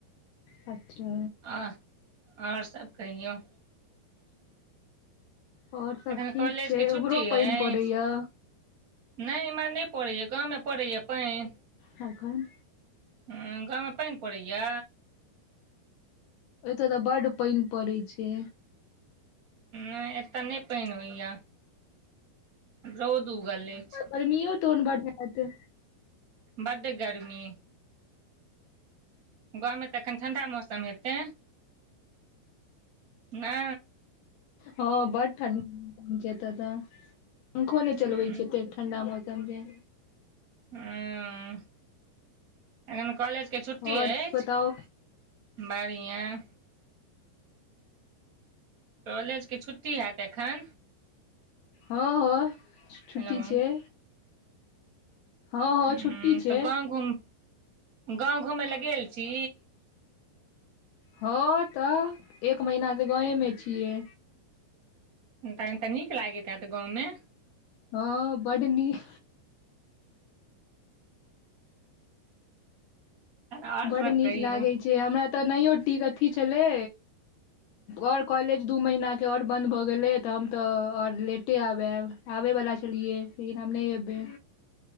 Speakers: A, on the left; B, on the right.
A: अच्छा
B: आर आओर सब कहिऔ
A: और सब
B: अखने
A: ठीक
B: कॉलेज
A: छै
B: के छुट्टी
A: उम्हरो पानि
B: अछि
A: पड़ैया
B: नै इम्हर नै परैया गांमे परैया पानि
A: हेखन
B: हुं गाँमे पानि परैया
A: एत त बड्ड पानि परै छै
B: अ एत नै पानि होइया रौद उगल अछि
A: गर्मीओ तोहन बढियां हेतय
B: बड्ड गरमी गाँमे त एखन ठण्डा मौसम हेतै नै
A: हँ बड़ ठंढी <unintelligible> एत त पंखो नै
B: हूँ
A: चलबैत छै एते ठण्डा मौसम छै जे
B: हूँ उं एखन कॉलेजके छुट्टी
A: आओर
B: अछि
A: बताउ
B: बढ़ियाँ कॉलेज के छुट्टी हैत एखन
A: हाँ हँ छुट्टी
B: हेलो
A: छै हँ हँ
B: हूँ
A: छुट्टी छै
B: त गाँव घूम गाँव घुमै ले गेल छी
A: हाँ त एक महीना सं गाँवमे छियै
B: हुनका लंग त नीक लागैत हैत गाँवमे
A: हाँ बड्ड नीक
B: तहन आओर
A: बड्ड
B: सभ
A: नीक
B: कहियौ
A: लागै छै हमरा त ओनाहियो टीक अथी छलै आओर कॉलेज दू महीनाके आओर बन्द भ गेलै त हम त आओर लेटे आब आएब आबै बला छलियै लेकिन हम नै एबै